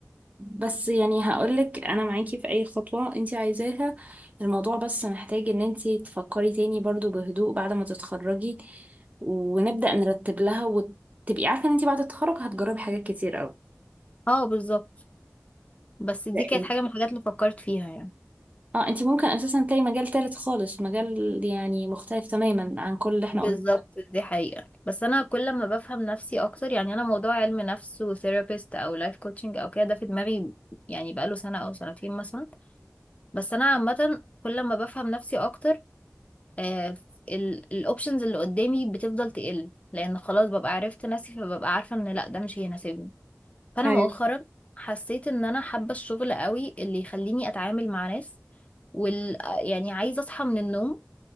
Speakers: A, on the right (about 30°); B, on the left (about 25°).
A: بس يعني هقولك أنا معاكي في أي خطوة أنتي عايزاها الموضوع بس محتاج إن أنتي تفكري تاني برضو بهدوء بعد ما تتخرجي ونبدأ نرتب لها وتبقي عارفة إن أنتي بعد التخرج هتجربي حاجات كتير أوي
B: اه بالظبط بس دي
A: إيه؟
B: كانت حاجة من الحاجات اللي فكرت فيها يعني
A: اه انت ممكن اساسا تلاقي مجال تالت خالص مجال يعني مختلف تماما عن كل اللي احنا
B: بالظبط
A: قلناه
B: دي حقيقة بس أنا كل ما بفهم نفسي أكتر يعني أنا موضوع علم نفس وثيرابيست أو لايف كوتشنج أو كده ده في دماغي يعني بقاله سنة أو سنتين مثلا بس أنا عامة كل ما بفهم نفسي أكتر آه الأوبشنز اللي قدامي بتفضل تقل لأن خلاص ببقى عرفت نفسي فببقى عارفة إن لأ ده مش هيناسبني فأنا
A: ايوه
B: مؤخرا حسيت إن أنا حابة الشغل قوي اللي يخليني أتعامل مع ناس وال يعني عايزة أصحى من النوم